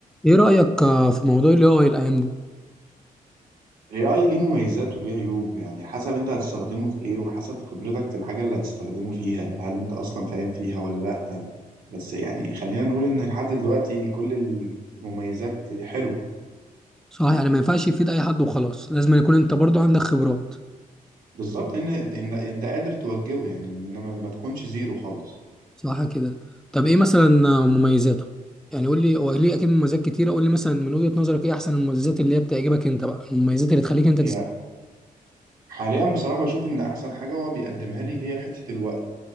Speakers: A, in the centre; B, on the right.
A: ايه رأيك آه، في موضوع ال AI الايام دي
B: AI ليه مميزات وليه عيوب يعني حسب انت هتستخدمه في ايه وحسب خبرتك في الحاجة اللي هتستخدمه فيها هل انت اصلا فاهم فيها ولا لا بس يعني خلينا نقول ان لحد دلوقتي كل المميزات حلوة
A: صح يعني ما ينفعش يفيد اي حد وخلاص لازم يكون انت برضو عندك خبرات
B: بالظبط ان ان انت قادر توجهه يعني انما ما تكونش زيرو خالص
A: صح كده طب ايه مثلا آه، مميزاته يعني قول لي هو ليه اكيد مميزات كتيرة قول لي مثلا من وجهة نظرك ايه احسن المميزات اللي هي بتعجبك انت بقى المميزات اللي تخليك انت
B: يعني
A: تست...
B: حاليا بصراحة بشوف ان احسن حاجة هو بيقدمها لي هي حتة الوقت